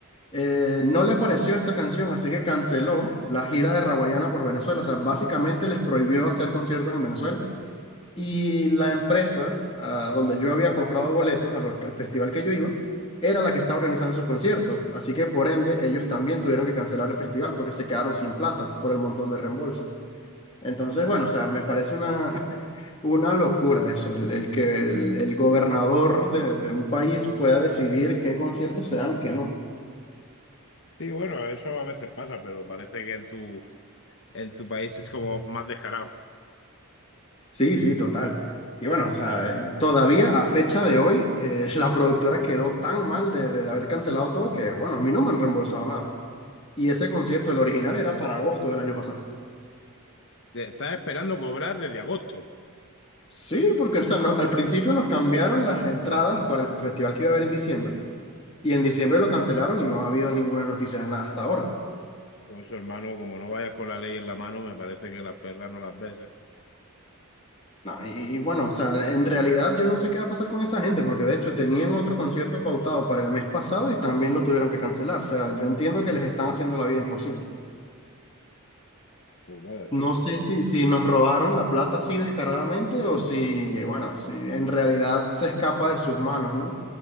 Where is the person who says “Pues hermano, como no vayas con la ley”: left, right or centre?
Left